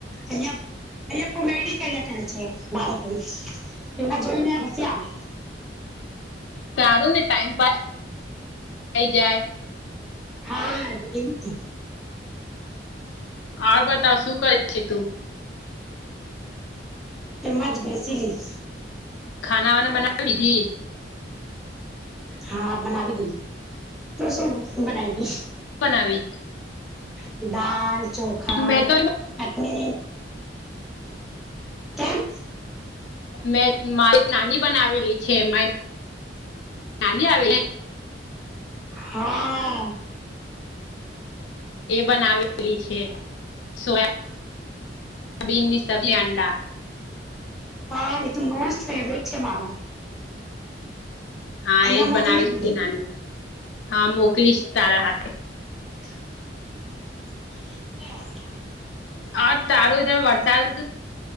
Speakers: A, in the centre; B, on the left.
A: અહં અહિયાં કોમેડી કર્યા કરે છે બાળક ની એના જોયને હસી આવસ મે.
B: સારું ને ટાઈમ પા થઈ જાય..
A: હા એવું તો.
B: આવ બતાવ શું કહે છે તું.?
A: એમાં જ બેસીલી.
B: ખાનાવાના બનાવી લીધી.?
A: હા બનાવી દીધું તો શું બનાવી
B: બનાવી
A: દ દાલ, ચોખા,
B: મેં તો
A: ચટણી. કેમ.?
B: મેં મારી નાની બનાવેલી છે. મારી નાની આવેલી
A: હા હા.
B: એ બનાવેલી છે. સોયાબ સોબીનની સબજી અંડા.
A: હા એ તો મોસ્ટ ફેવરેટ છે મારો.
B: હા
A: અહિયાં
B: એજ
A: મોકલી
B: બનાવીશ
A: જ દે
B: નાનીને હા મોકલીશ તારા હાટુ.
A: એ. <inaudible>
B: હા તારો ધર વરસાદ